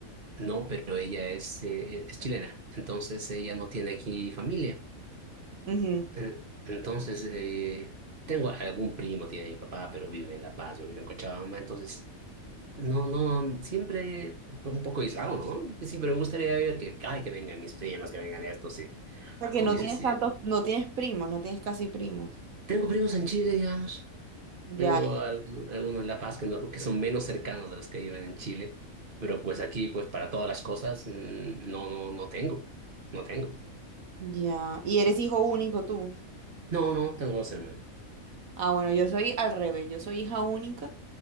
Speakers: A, on the right; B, on the right.
A: No, pero ella es, eh, es chilena, entonces ella no tiene aquí familia.
B: Ujú.
A: Eh, Entonces, eh, tengo algún primo, tiene mi papá, pero vive en La Paz, yo vivo en Cochabamba, entonces, no, no, siempre fue un poco aislado, ¿no? Sí, pero me gustaría ver que, ay, que vengan mis primos, que vengan estos, sí,
B: Porque
A: hubiese
B: no tienes
A: sido.
B: tantos, no tienes primos, no tienes casi primos.
A: Tengo primos en Chile, digamos,
B: Ya.
A: tengo algunos algunos en La Paz que, no- que son menos cercanos de los que viven en Chile, pero pues aquí, pues para todas las cosas, mm, no, no, no tengo, no tengo.
B: Ya, ¿y eres hijo único tú?
A: No, no, tengo dos hermanos.
B: Ah, bueno, yo soy al revés, yo soy hija única